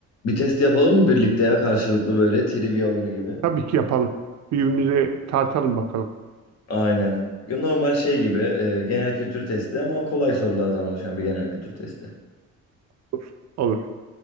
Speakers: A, on the left; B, on the right.
A: Bir test yapalım mı birlikte ya karşılıklı böyle trivia oyunu gibi?
B: Tabii ki yapalım. Birbirimize tartalım bakalım.
A: Aynen. Normal şey gibi e, genel kültür testi ama kolay sorulardan oluşan bir genel kültür testi.
B: Olur. Olur.